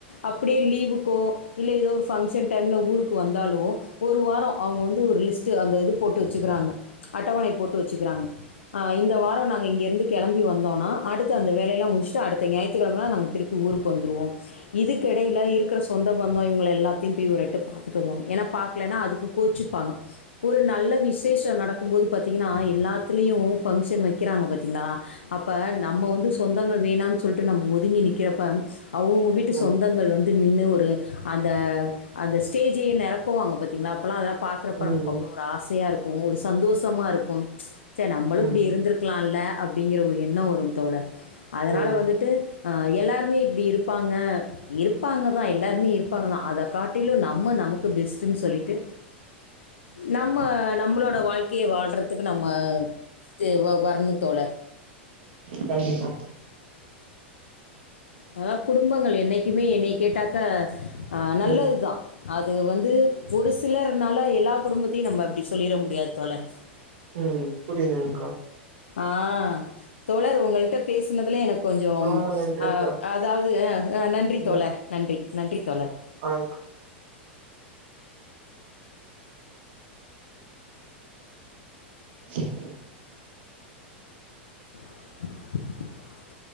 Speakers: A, on the left; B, on the right.
A: அப்புடியே லீவுக்கோ இல்ல ஏதோ ஒரு ஃபங்ஷன் டைம்ல ஊருக்கு வந் ந்தாலு ஒரு வாரோ அவுங்க வந்து ஒரு லிஸ்ட்டு அந்த இது போட்டு வெச்சுக்கிறாங்க அட்டவணை போட்டு வெச்சுக்கிறாங்க ஆ இந்த வாரோ நாங்க இங்க இருந்து கெளம்பி வந்தோனா அடுத்த அந்த வேலயெல்லா முடிச்சுட்டு அடுத்த ஞாயிற்றுக்கெழமலா நாங்க திருப்பி ஊருக்கு வந்துருவோம் இதுக்க எடையில இருக்குற சொந்த பந்த இவுங்கள எல்லாத்தையு போய் ஒருரெட்டு பாத்துட்டு வருவாங்க ஏனா பாக்கலன்னா அதுக்கு கோச்சிப்பாங்க ஒரு நல்ல விசேஷோ நடக் டும்போது பாத்திங்கன்னா எல்லாத்துலயு ஃபங்க்ஷன் வைக்கிறாங்க பாத்திங்களா அப்ப நம்ம வந்து சொந்தங்கள் வேணானு சொல்ட்டு நம்ம ஒதுங்கி நிக்கிறப்ப அவுங்கவுங்க வீட்டு
B: ம்
A: சொந்தங்கள் வந்து நின்னு ஒரு அந்த அந்த ஸ்டேஜையே நெரப் போவாங்க பாத்தீங்ளா அப்பல்லா அதெல்லா பாக்குறப்ப
B: ம்
A: நமக்கு
B: ம்
A: அவ்ளோ ஒரு ஆசையா இருக்கு ஒரு சந்தோஷமா இருக்கும் ச்செ நம்பளு
B: ம்
A: இப்பிடி இருந்திருக்கலால்ல அப்டிங்கிற ஒரு எண்ண வரு தோழர் அதனால
B: ம்
A: வந்துட்டு ஆ எல்லோருமே இப்டி இருப்பாங்க இருப்பாங்க தா எல்லோருமே இருப்பாங்க தா அத காட் ட்டிலு நம்ம நமக்கு பெஸ்ட்ன்னு சொல்லிட்டு நம்ம நம்மளோட வாழ்க்கைய வாழ்றதுக்கு நம்ம தே வ வர்ணோ தோழர்
B: கண்டிப்பா
A: அதனால் குடும்பங்கள் என்னைக்குமே என்னய கேட்டாக்க அ நல்லதுதா
B: ம்
A: அது வந்து ஒரு சிலர்னால எல்லா குடும்பத்தையு நம்ம அப்டி சொல்லிட முடியாது தோழர்
B: ம் புரியுதுங்க்கா
A: ஆ தோழர் உங்கள்ட்ட பேசுனதுல எனக் கொஞ்சோ
B: ரொம்ப நன்றிக்கா
A: அ அதாவது அ நன்றி
B: ம்
A: தோழர் நன்றி நன்றி தோழர்
B: <inaudible> ம் <inaudible>
A: <inaudible>